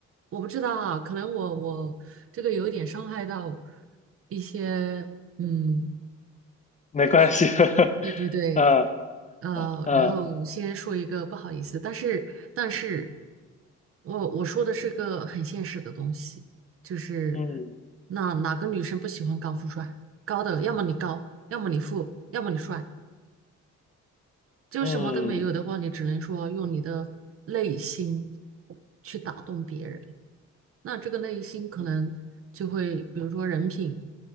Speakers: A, on the right (about 50°); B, on the left (about 25°).
A: 我不知道啊，可能我我这个有一点伤害到一些，嗯，
B: 没关系，
A: 就是
B: <laughs>
A: 对对对，
B: 呃
A: 呃，
B: 呃呃，
A: 然后先说一个不好意思，但是但是我我说的是个很现实的东西，就是
B: 嗯
A: 那哪个女生不喜欢高富帅？高的，要么你高，要么你富，要么你帅，就什么都没有的话，
B: 嗯
A: 你只能说用你的内心去打动别人。那这个内心可能就会，
B: 嗯
A: 比如说人品、